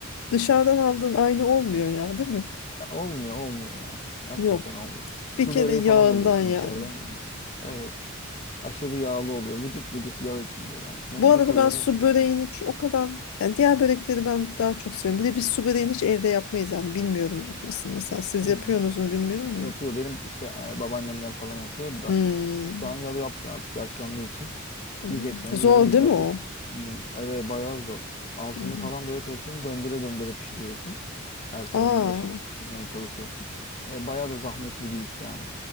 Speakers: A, on the left; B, on the left.
A: Dışarıdan aldığın aynı olmuyor ya değil mi?
B: Ya olmuyor olmuyor ya. Hakikaten
A: Yok.
B: olmuyor. Su
A: Bir kere
B: böreği
A: yağından
B: falan alıyorsun
A: yani.
B: dışarıdan. Evet. Aşırı yağlı oluyor. Vıcık vıcık yağ içinde ya. Ne,
A: Bu arada
B: ne koyuyorlarsa
A: ben su böreğini
B: içine.
A: ç- o kadar yani diğer börekleri ben daha çok seviyorum. Bir de biz su böreğini hiç evde yapmayız yani bilmiyorum yapmasını. Mesela siz
B: Hmm.
A: yapıyorsunuz mu bilmiyorum ama.
B: Yapıyor. Benim işte e, babaannemler falan yapıyordu da.
A: Hmm.
B: Şu an ya yapmıyor artık yaşlandığı için.
A: Hmm.
B: Yiyecekseniz
A: Zor
B: gidin dışarıda
A: değil mi o?
B: yiyin. Evet bayağı zor. Altını
A: Hmm.
B: falan böyle tepsini döndüre döndüre pişiriyorsun. Her tarafını
A: Aa,
B: eşit pişirmeye çalışıyorsun. E, bayağı da zahmetli bir iş yani.